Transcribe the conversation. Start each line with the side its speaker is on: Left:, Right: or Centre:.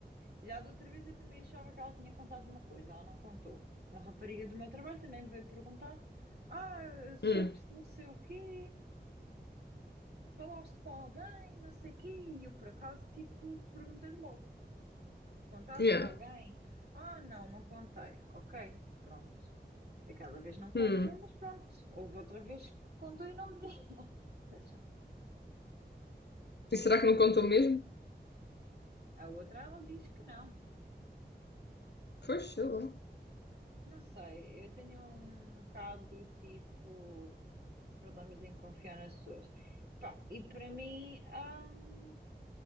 Right: Já da outra vez eu também achava que ela tinha contado uma coisa, ela não contou. Uma rapariga do meu trabalho também me veio perguntar: Ah, soube-se
Left: Hum,
Right: não sei o quê, falaste com alguém, não sei o quê, e eu por acaso, tipo, perguntei-lhe logo: Contaste
Left: yeah.
Right: a alguém? Ah, não, não contei. Ok, pronto. Daquela vez não contou,
Left: Hum.
Right: mas pronto. Houve outra vez que contou e não devia. <laughs>
Left: E será que não contou mesmo?
Right: A outra ela diz que não.
Left: Pois, sei lá.
Right: Não sei, eu tenho um bocado tipo problemas em confiar nas pessoas. Pá, e para mim, hum,